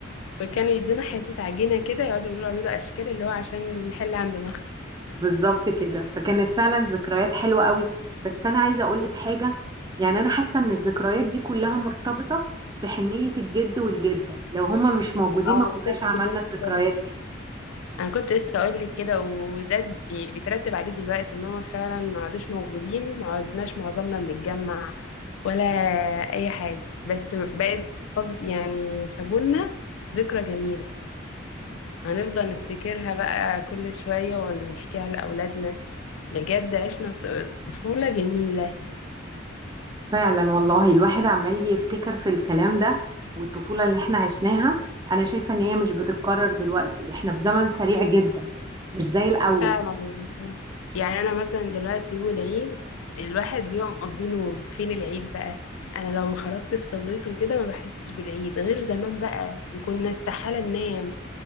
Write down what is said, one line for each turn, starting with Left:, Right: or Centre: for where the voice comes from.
Left: وكانوا يدونا حتة عجينة كده يقعدوا يقولوا اعملوا أشكال اللي هو عشان نحل عند مخ
Right: بالظبط كده فكانت فعلا ذكريات حلوة قوي بس أنا عايزة أقولك حاجة يعني أنا حاسة إن الذكريات دي كلها مرتبطة بحنية الجد والجدة لو هما مش موجودين
Left: آه،
Right: ما كناش
Left: انا كنت
Right: عملنا
Left: جبت
Right: الذكريات دي
Left: انا كنت لسه اقول لك كده وده بي- بيترتب عليه دلوقتي ان هم فعلا ما عادوش موجودين ما عدناش معظمنا بنتجمع ولا اي حاجه بس بقت فض يعني سابولنا ذكرى جميله هنفضل نفتكرها بقى كل شويه ونحكيها لاولادنا بجد عشنا ط- طفوله جميله
Right: فعلا والله الواحد عمال يفتكر في الكلام ده والطفولة اللي احنا عشناها أنا شايفة إن هي مش بتتكرر دلوقتي احنا في زمن سريع جدا مش زي الأول
Left: فعلا والله. يعني انا مثلا دلوقتي يوم العيد الواحد بيبقى مقضي نوم فين العيد بقى انا لو ما خرجت الصليت وكده ما بحسش بالعيد غير زمان بقى كنا استحالة ننام